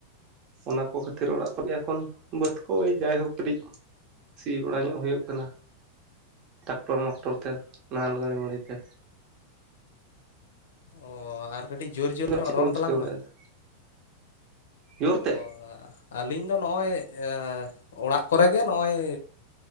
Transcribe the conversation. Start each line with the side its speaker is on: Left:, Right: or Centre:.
Right: ᱚᱱᱟ ᱠᱚ ᱠᱷᱟᱹᱛᱤᱨ ᱚᱲᱟᱜ ᱠᱚᱨᱮ ᱮᱠᱷᱚᱱ ᱵᱟᱹᱫᱽ ᱠᱚ ᱡᱟᱭᱦᱳᱠ ᱠᱟᱹᱴᱤᱡ ᱥᱤ ᱵᱟᱲᱟ ᱧᱚᱜ ᱦᱩᱭᱩᱜ ᱠᱟᱱᱟ ᱴᱟᱠᱴᱚᱨ ᱢᱟᱠᱴᱚᱨ ᱛᱮ ᱱᱟᱦᱮᱞ ᱜᱟᱹᱲᱤ ᱢᱟᱹᱲᱤ ᱛᱮ
Left: ᱚ ᱟᱨ ᱠᱟᱹᱴᱤᱡ ᱡᱳᱨ ᱡᱳᱨ
Right: ᱪᱮᱫ
Left: ᱧᱚᱜ
Right: ᱠᱚᱵᱤᱱ
Left: ᱨᱚᱲ ᱛᱟᱞᱟᱝ
Right: ᱪᱤᱠᱟᱹ ᱵᱟᱲᱟᱭᱮᱫᱟ
Left: ᱢᱮ
Right: ᱡᱳᱨ ᱛᱮ
Left: ᱚ ᱟᱹᱞᱤᱧ ᱫᱚ ᱱᱚᱜᱼᱚᱭ ᱮ ᱚᱲᱟᱜ ᱠᱚᱨᱮ ᱜᱮ ᱱᱚᱜᱼᱚᱭ